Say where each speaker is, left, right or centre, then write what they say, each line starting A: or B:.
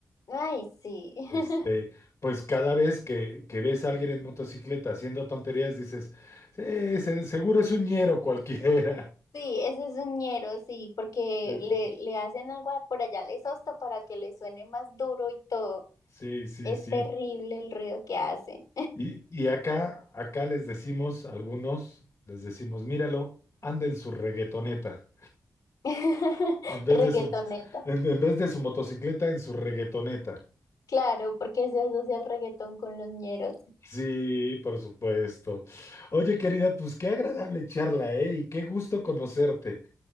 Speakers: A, on the left (about 75°); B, on the left (about 50°).
A: Ay, sí. <laughs>
B: este, pues cada vez que, que ves a alguien en motocicleta haciendo tonterías, dices, sí, se- seguro es un ñero cualquiera.
A: Sí, ese es un ñero, sí, porque
B: <laughs>
A: le, le hacen algo a- por allá, les sosto para que le suene más duro y todo.
B: Sí, sí,
A: Es
B: sí.
A: terrible el ruido que hacen.
B: Y, y acá, acá les decimos, algunos les decimos, míralo, anda en su reggaetoneta,
A: <laughs>
B: en vez
A: Reggaetoneta.
B: de su, en, en vez de su motocicleta, en su reggaetoneta.
A: Claro, porque se asocia el reggaetón con los ñeros.
B: Sí, por supuesto. Oye, querida, pues qué agradable charla, ¿eh? Y qué gusto conocerte.